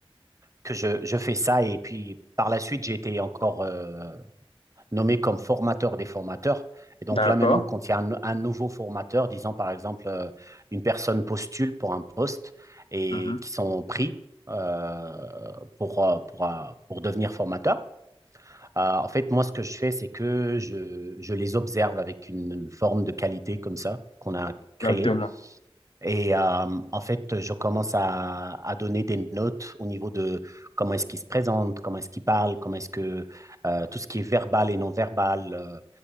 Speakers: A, on the right; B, on the left.
A: que je, je fais ça et puis par la suite, j'ai été encore euh, nommé comme formateur des formateurs. Et donc
B: D'accord.
A: là, maintenant, quand il y a un, un nouveau formateur, disons par exemple, euh, une personne postule pour un poste et
B: Mhm.
A: qui sont pris euh, pour, euh, pour, euh, pour devenir formateur. euh, en fait, moi, ce que je fais, c'est que je, je les observe avec une, une forme de qualité comme ça qu'on a créée.
B: Exactement.
A: Et euh, en fait, je commence à, à donner des notes au niveau de comment est-ce qu'il se présente, comment est-ce qu'il parle, comment est-ce que euh, tout ce qui est verbal et non verbal, euh,